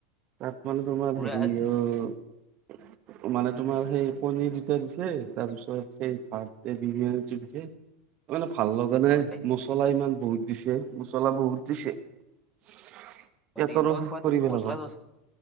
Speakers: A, on the right (about 30°); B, in the centre.
A: তাত মানে তোমাৰ
B: পুৰা
A: হেৰি
B: আছে
A: অ'হ মানে তোমাৰ সেই পনীৰ দুটা দিছে, তাৰপিছত সেই ভাত এই বিৰিয়ানীটো দিছে। মানে ভাল লগা নাই,
B: হয়
A: ম মচলা ইমান বহুত দিছে, মচলা বহুত দিছে। <unintelligible>
B: হয়
A: পেটৰ
B: নেকি মই
A: অসুখ
B: খোৱাতো
A: কৰি পেলাব।
B: মছলা চছলা